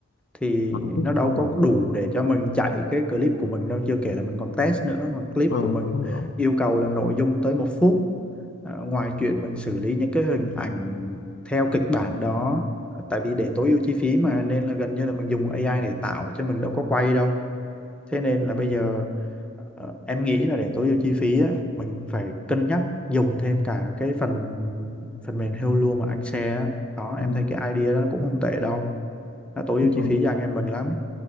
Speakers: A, in the centre; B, on the left (about 55°).
A: thì
B: mà anh thích
A: nó
B: thì
A: đâu
B: không
A: có
B: đủ
A: đủ để cho mình chạy cái clip của mình đâu chưa kể là mình còn test nữa mà clip
B: ờ
A: của mình
B: đúng rồi
A: yêu cầu là nội dung tới một phút Ờ, ngoài chuyện mình xử lý những cái hình ảnh theo kịch bản đó ờ, tại vì để tối ưu chi phí mà nên là gần như là mình dùng AI để tạo chứ mình đâu có quay đâu thế nên là bây giờ ờ, em nghĩ là để tối ưu chi phí á, mình phải cân nhắc dùng thêm cả cái phần phần mềm Hello mà anh share á. đó
B: ừ.
A: em thấy cái idea đó cũng không tệ đâu nó tối
B: đúng
A: ưu
B: rồi.
A: chi phí cho anh em mình lắm